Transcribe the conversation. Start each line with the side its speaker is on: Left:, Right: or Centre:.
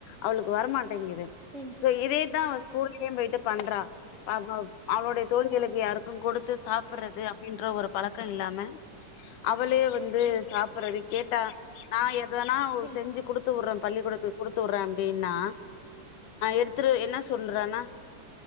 Left: அவளுக்கு வரமாட்டேங்குது
Right: ம்
Left: சோ இதேதா அவ ஸ்கூல்லயு போய்ட்டு பண்றா அவ அவளுடைய தோழிகளுக்கு
Right: ஆ ம்
Left: யாருக்கு கொடுத்து சாப் படுறது அப்டின்ற ஒரு பழக்க இல்லாம அவளே வந்து
Right: ம் ம்
Left: சாப்பிடறது கேட்டா நா எ தனா
Right: ம்
Left: செஞ்சு குடுத்து வுடற பள்ளிக்கூடத்துக்கு குடுத் துடறே அப்டின்னா எடுத்துரு என்ன சொல் ன்னா